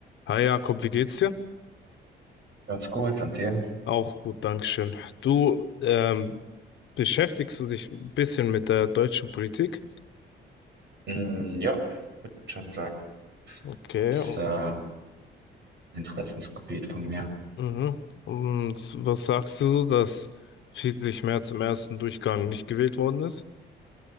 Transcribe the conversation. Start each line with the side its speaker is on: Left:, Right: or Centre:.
Left: Hi Jakob, wie geht's dir?
Right: Ganz gut, und dir?
Left: Auch gut, Dankeschön. Du, ähm, beschäftigst du dich ein bisschen mit der deutschen Politik?
Right: Mm, Ja, würde schon sagen.
Left: Okay,
Right: Das ist äh, Interessensgebiet von mir.
Left: mhm. Und was sagst du, so, dass Friedrich Merz im ersten Durchgang nicht gewählt worden ist?